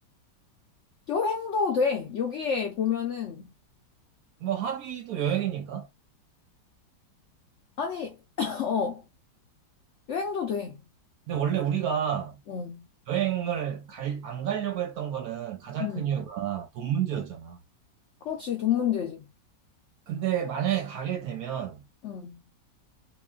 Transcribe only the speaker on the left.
여행도 돼. 여기에 보면은,
아니, <coughs> 어, 여행도 돼.
어,
응
그렇지, 돈 문제지.
응.